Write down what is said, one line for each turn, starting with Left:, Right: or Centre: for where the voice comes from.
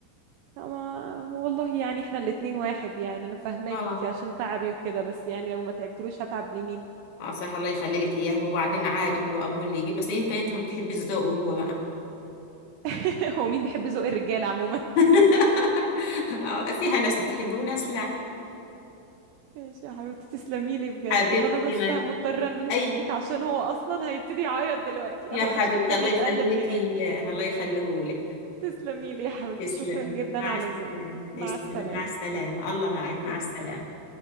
Right: لا ما والله يعني احنا الاتنين واحد يعني انا فاهماك
Left: اه
Right: انتي عشان تعبي وكده بس يعني لو ما تعبتلوش هتعب لمين
Left: اه صحيح الله يخلي لك اياه وبعدين عادي هو ابوه اللي يجيب بس يمكن انت ما بتحبيش ذوقه هو بقى
Right: <laughs> هو مين بيحب ذوق الرجاله عموما
Left: <laughs> آه، فيها ناس بتحبه وناس لا
Right: ماشي يا حبيبتي تسلمي لي بجد
Left: حبيبتي
Right: طب انا بس
Left: ما
Right: مضطره ان انا
Left: اي
Right: اسيبك عشان هو اصلا هيبتدي يعيط دلوقتي
Left: يا
Right: اهو
Left: حبيبتي
Right: انا شايفاه
Left: الله
Right: بيتقلب
Left: يخلي لك
Right: هناك
Left: اياه الله يخليه لك
Right: تسلمي لي يا حبيبتي
Left: تسلمي
Right: شكرا جدا
Left: مع
Right: على
Left: السلامة
Right: ذوقك مع
Left: تسلمي
Right: السلامه
Left: مع السلامة الله معك مع
Right: سلام
Left: السلامة